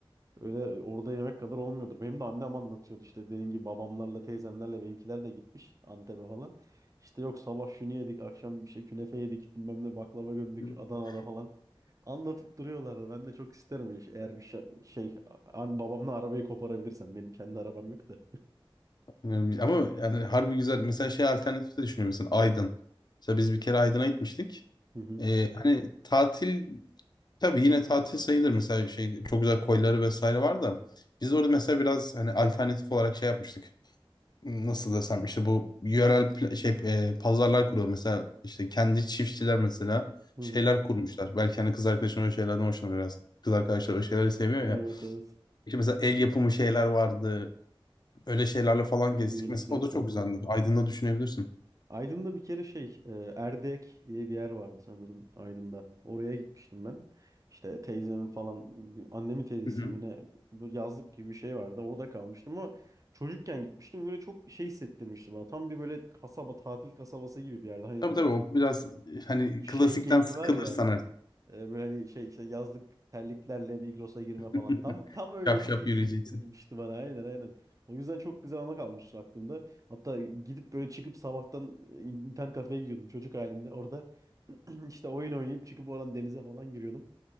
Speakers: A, on the right (about 35°); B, on the left (about 45°).
A: Öyle orada yemek kadar olmuyordur. Benim de annem anlatıyordu işte dediğim gibi babamlarla teyzemlerle benimkiler de gitmiş Antep'e falan. İşte yok sabah şunu yedik akşam işte künefe yedik bilmem ne baklava gömdük
B: <laughs>
A: Adana'da falan. Anlatıp duruyorlardı. Ben de çok isterim iş- eğer bir şa- şey, an, babamla arabayı koparabilirsem benim kendi arabam yok da.
B: Yani Ama yani harbi güzel. Mesela şey alternatif de düşünüyorum. Mesela Aydın. Mesela biz bir kere Aydın'a gitmiştik.
A: <laughs> Hı hı,
B: Ee, hani tatil tabii yine tatil sayılır. Mesela şey çok güzel koyları vesaire var da. Biz orada mesela biraz hani alternatif olarak şey yapmıştık. Nasıl desem işte bu yörel pla- şey e, pazarlar kuruyor. Mesela işte kendi çiftçiler mesela
A: hı
B: şeyler
A: hı.
B: kurmuşlar. Belki hani kız arkadaşın öyle şeylerden hoşlanır biraz. Kız arkadaşlar öyle şeyleri seviyor
A: Evet evet.
B: İşte mesela el yapımı şeyler vardı. Öyle şeylerle falan
A: Hediyelikler
B: gezdik. Mesela o da çok
A: falan.
B: güzeldi. Aydın'da düşünebilirsin.
A: Aydın'da bir kere şey e, Erdek diye bir yer vardı sanırım Aydın'da. Oraya gitmiştim ben. İşte teyzemin falan bir- annemin teyzesinin
B: Hı hı.
A: mi ne bu yazlık gibi bir şey vardı. Orada kalmıştım ama çocukken gitmiştim. Böyle çok şey hissettirmişti bana. Tam bir böyle kasaba tatil kasabası gibi bir yerde. Hani
B: Tabii tabii o biraz e, hani
A: şey
B: klasikten
A: geyiği
B: sıkılırsan
A: var ya
B: artık.
A: ee, Böyle hani şey işte yazlık terliklerle Migros'a girme
B: <laughs>
A: falan. Tam tam öyle
B: Şap
A: bir
B: şap
A: şey hissettirmişti
B: yürüyeceksin.
A: bana. Aynen aynen. O yüzden çok güzel ana kalmıştı aklımda. Hatta gidip böyle çıkıp sabahtan e, internet kafeye gidiyordum çocuk halimle. Orada <clears throat> işte oyun oynayıp çıkıp oradan denize falan giriyordum.